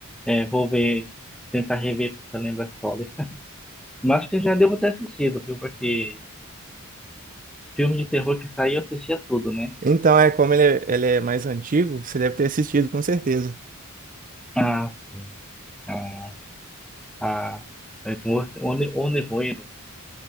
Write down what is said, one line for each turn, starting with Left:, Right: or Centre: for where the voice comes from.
Centre: É, vou ver, tentar rever porque eu lembro a história. Mas acho que eu já devo ter assistido, viu? Porque filme de terror que saiu eu assistia tudo, né?
Right: Então é como ele é, ele é mais antigo, você deve ter assistido com certeza.
Centre: Ah, sim. ah. 아, 무엇, 오늘, 오늘 뭐해로?